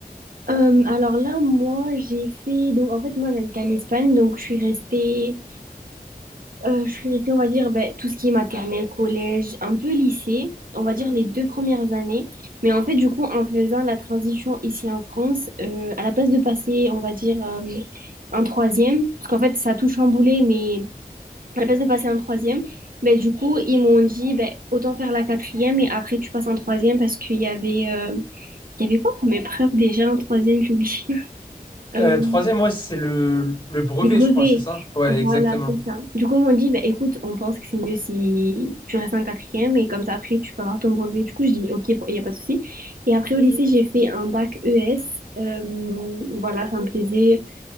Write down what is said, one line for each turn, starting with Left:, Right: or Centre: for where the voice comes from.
Right: Euh, alors là, moi, j'ai fait... Donc, en fait, moi, j'habite en Espagne, donc je suis restée... Euh, je suis restée, on va dire, ben, tout ce qui est maternelle, collège, un peu lycée, on va dire les deux premières années. Mais en fait, du coup, en faisant la transition ici en France, euh, à la place de passer, on va dire, euh, un troisième, parce qu'en fait, ça a tout chamboulé, mais à la place de passer un troisième, ben, du coup, ils m'ont dit, ben, autant faire la quatrième et après, tu passes en troisième parce qu'il y avait, euh, il y avait quoi comme épreuve déjà en troisième, j'ai oublié. Euh,
Left: Euh, troisième, ouais, c'est le, le brevet,
Right: les brevets
Left: je crois, c'est ça? Ouais,
Right: voilà,
Left: exactement.
Right: c'est ça. Du coup, ils m'ont dit, bah, écoute, on pense que c'est mieux si tu restes en quatrième et comme ça, après, tu peux avoir ton brevet. Du coup, je dis, ok, il n'y a pas de souci. Et après, au lycée, j'ai fait un bac ES. Euh, voilà, ça me plaisait.